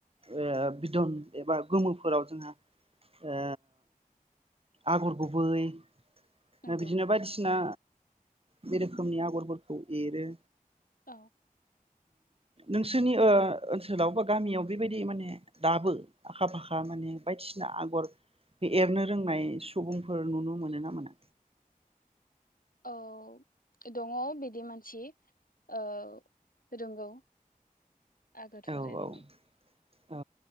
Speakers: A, on the right; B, on the left.
A: ओ बिदन एबा गोमोफोराव जोंहा ओ आगर गुबै ओ
B: नंगौ
A: बिदिनो बायदिसिना बे रोखोमनि आगरफोरखौ एरो
B: औ
A: नोंसोरनि ओ ओनसोलाव बा गामियाव बेबायदि माने दाबो आखा फाखा माने बायदिसिना आगर बे एरनो रोंनाय सुबुंफोर नुनो मोनो ना मोना
B: औ दङ बिदि मानसि ओ रोंगौ आगरफोरएरनो
A: औ औ